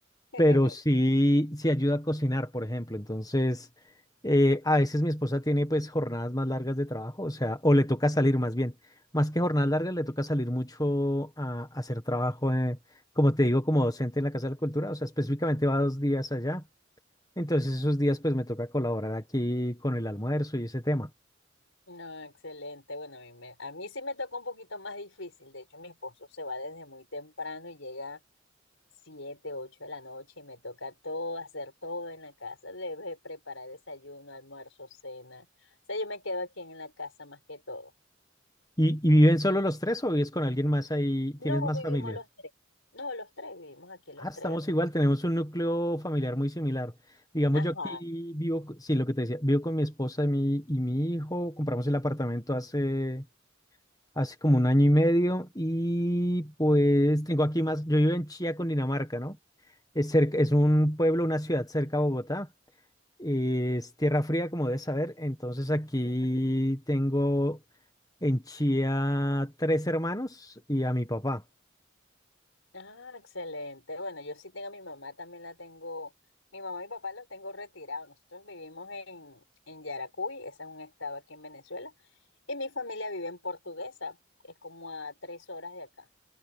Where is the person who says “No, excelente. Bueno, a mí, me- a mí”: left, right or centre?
Left